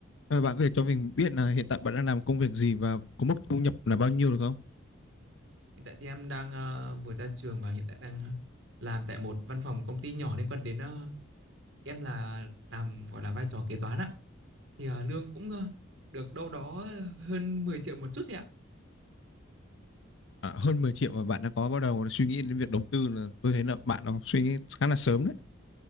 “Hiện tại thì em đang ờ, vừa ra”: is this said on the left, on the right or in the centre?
Right